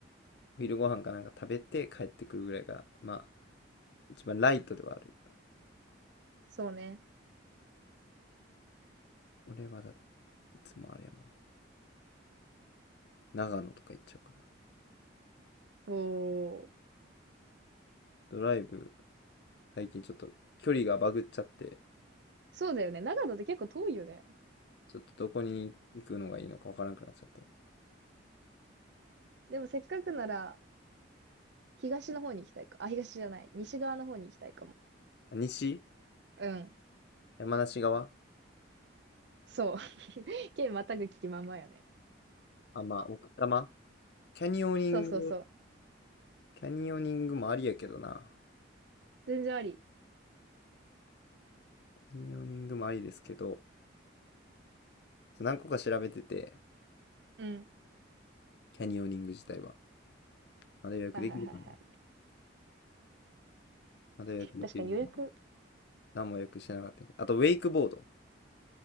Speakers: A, on the left; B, on the right.
A: お昼ご飯かなんか食べて帰ってくるぐらいが、まあ、一番ライトではある。
B: そうね。
A: 俺はだ、いつもあれやもん。長野とか行っちゃうから。
B: おー。
A: ドライブ、最近ちょっと距離がバグっちゃって、
B: そうだよね。長野って結構遠いよね。
A: ちょっとどこに行くのがいいのかわからなくなっちゃって。
B: でもせっかくなら、東の方に行きたいか。あ、東じゃない。西側の方に行きたいかも。
A: 西
B: うん。
A: 山梨側
B: そう。<laughs> 県またぐ気ままやね。
A: あ、まあ、奥多摩キャニオニング、
B: そうそうそう。
A: キャニオニングもありやけどな。
B: 全然あり。
A: キャニオニングもありですけど、何個か調べてて、
B: うん。
A: キャニオニング自体は。まだ予約できるかな
B: はいはいはいはい。
A: まだ予約できるかな
B: 確かに予約。
A: 何も予約してなかったけど。あと、ウェイクボード。